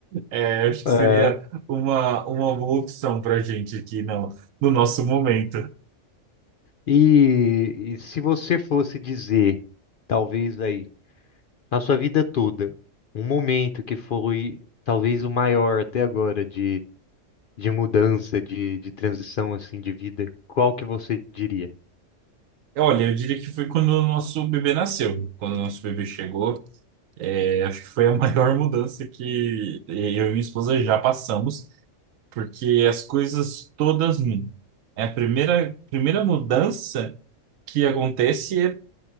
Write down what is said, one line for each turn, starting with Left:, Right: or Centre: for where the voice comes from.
Right: É, acho que
Left: É.
Right: seria uma, uma boa opção para a gente aqui no, no nosso momento.
Left: E, e se você fosse dizer, talvez aí, na sua vida toda, um momento que foi talvez o maior até agora de de mudança, de, de transição assim de vida, qual que você diria?
Right: Olha, eu diria que foi quando o nosso bebê nasceu, quando o nosso bebê chegou. É, acho que foi a <laughs> maior mudança que eu e minha esposa já passamos, porque as coisas todas mudam. É a primeira, primeira mudança que acontece é